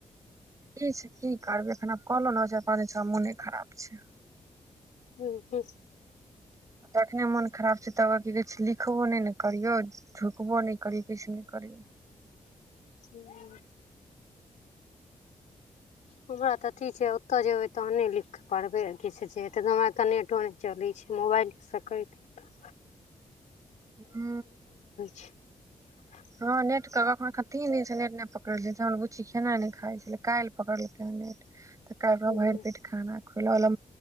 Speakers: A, on the right; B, on the left.
A: की छै की करबै एखन आब कहलो ने पांच छ दिनस मोनो खराब छै।
B: हू हूँ।
A: जखने मोन खराब छै तब की कहै छै लिखबो नहि ने करियौ। टोकबो नहि करियौ किछु नहि करियौ।
B: <inaudible> हमरा तऽ अथी छै ओतय जेबे। तहने लिखिकऽ पढ़बै किछु हेतै हम तऽ नेटो नहि चलै छै मोबाइलेसँ करतै। <unintelligible>
A: हू।
B: छै <inaudible>
A: हँ नेट त कखन तीन दिनसँ नेट नहि पकड़ल हमर बुच्ची खेनाइ नहि खाइ छलै काल्हि पकड़लकै हँ नेट। तऽ कैल
B: हूँ
A: भरि पेट खाना खुलार